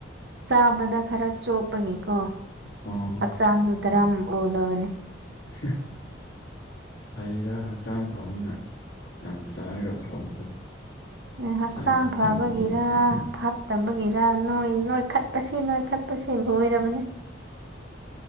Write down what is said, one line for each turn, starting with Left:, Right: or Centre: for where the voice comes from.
Right: ꯆꯥꯕꯗ ꯈꯔ ꯆꯣꯞꯄꯒꯤꯀꯣ
Left: ꯑꯣ
Right: ꯍꯛꯆꯥꯡꯁꯨ ꯗꯔꯥꯝ ꯑꯣꯜꯂꯕꯅꯦ
Left: ꯁꯤ <unintelligible> ꯐꯩꯗ ꯍꯛꯆꯥꯡ ꯐꯕꯅ ꯌꯥꯝ ꯆꯥꯔꯒ ꯐꯕꯗꯣ
Right: ꯍꯛꯆꯥꯡ
Left: ꯏꯁꯥꯁꯨ
Right: ꯐꯕꯒꯤꯔ
Left: ꯆꯅꯤꯡꯉꯦ
Right: ꯐꯠ ꯇꯕꯒꯤꯔ ꯅꯣꯏ ꯅꯣꯏꯈꯠꯄꯁꯤ ꯅꯣꯏꯈꯠꯄꯁꯤ ꯂꯣꯏꯔꯕꯅꯦ